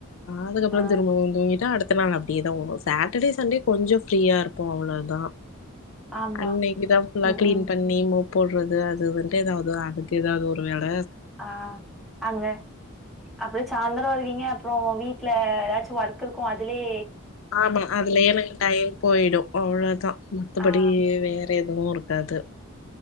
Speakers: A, on the left (about 60°); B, in the centre.
A: அதுக்கப்புறோ
B: ஆ
A: திரும்பவு ய்ட்டா அடுத்த நாள் அப்பிடியேதா ஓடு சாட்டர்டே சண்டே கொஞ்சோ ஃப்ரீயா இருக்கு அவ்வளதா
B: ஆமா
A: அன்னிக்குதா ஃபுல்லா
B: ம்
A: கிளீன்
B: ம்
A: பண்ணி மோ போடறது அது வந்துட்டு எதாவது அதுக்கு எதாவது ஒரு வேட
B: ஆ அங்க அப்புறோ சாயந்திரோ வருவீங்க அப்புறோ வீட் ட்ல எதாச்சு ஒர்க் இருக்கு அதுலியே
A: ஆமா அதுலியே எனக் டைம் போயிடு அவ்ள தா மத்தபடி
B: ஆ
A: வேற எதுவு இருக்காது